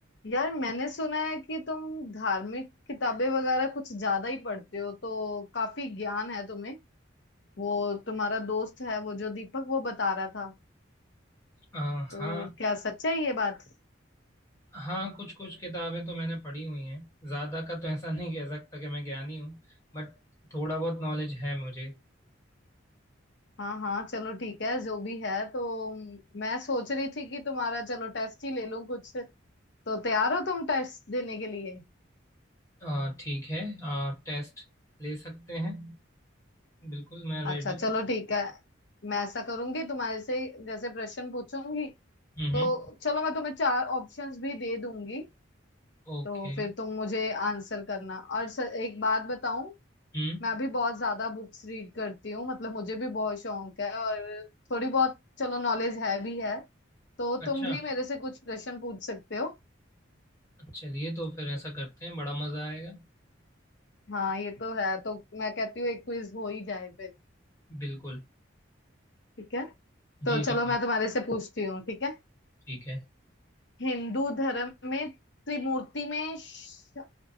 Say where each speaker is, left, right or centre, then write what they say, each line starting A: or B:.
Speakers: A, on the left; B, on the left.
A: यार मैंने सुना है कि तुम धार्मिक किताबें वगैरह कुछ ज्यादा ही पढ़ते हो तो काफी ज्ञान है तुम्हें वो तुम्हारा दोस्त है वो जो दीपक वो बता रहा था
B: अ,
A: तो
B: हाँ
A: क्या सच है ये बात
B: हाँ कुछ कुछ किताबें तो मैंने पढ़ी हुई हैं ज्यादा का तो ऐसा नहीं कह सकता कि मैं ज्ञानी हूँ बट थोड़ा बहुत नॉलेज है मुझे
A: हाँ हाँ चलो ठीक है जो भी है तो म, मैं सोच रही थी कि तुम्हारा चलो टेस्ट ही ले लूं कुछ तो तैयार हो तुम टेस्ट देने के लिए
B: अ, ठीक है टेस्ट ले सकते हैं बिल्कुल मैं रेडी
A: अच्छा चलो
B: हूँ
A: ठीक है मैं ऐसा करूंगी तुम्हारे से जैसे प्रश्न पूछूंगी
B: हम्म
A: तो चलो मैं तुम्हें चार ऑप्शंस भी दे दूंगी
B: ओके
A: तो फिर तुम मुझे आंसर करना और सर एक बात बताऊं
B: हम्म
A: मैं भी बहुत ज्यादा बुक्स रीड करती हूँ मतलब मुझे भी बहुत शौक है और थोड़ी बहुत चलो नॉलेज है भी है तो तुम
B: अच्छा
A: भी मेरे से कुछ प्रश्न पूछ सकते हो
B: चलिए तो फिर ऐसा करते हैं बड़ा मजा आएगा
A: हाँ ये तो है तो मैं कहती हूँ एक क्विज हो ही जाए फिर
B: बिल्कुल
A: ठीक है तो
B: जी
A: चलो
B: जी बिल्कुल
A: मैं तुम्हारे से पूछती हूँ ठीक है
B: ठीक है
A: हिंदू धर्म में त्रिमूर्ति में श-